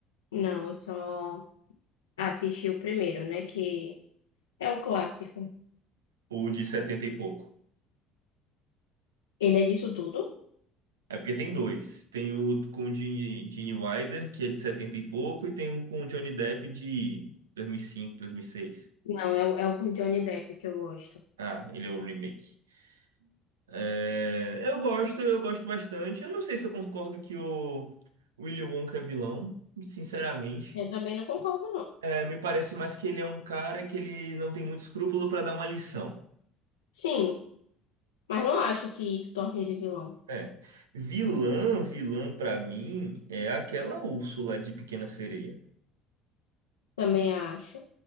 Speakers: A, on the left; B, on the right.
A: não, eu só assisti o primeiro, né? Que é o clássico.
B: O de setenta e pouco.
A: Ele é disso tudo?
B: É porque tem dois. Tem o com o Gene Gene Wilder, que é de 70 e pouco, e tem um com o Johnny Depp de 2005, seis.
A: Não, é, o- é o com Johnny Depp que eu gosto.
B: Ah, ele é o remake. É, eu gosto, eu gosto bastante. Eu não sei se eu concordo que o Willy Wonka é vilão, sinceramente.
A: Eu também não concordo, não.
B: É, me parece mais que ele é um cara que ele não tem muito escrúpulo pra dar uma lição.
A: Sim, mas não acho que isso torne ele vilão.
B: É. Vilã, vilã pra mim é aquela Úrsula de Pequena Sereia.
A: Também acho.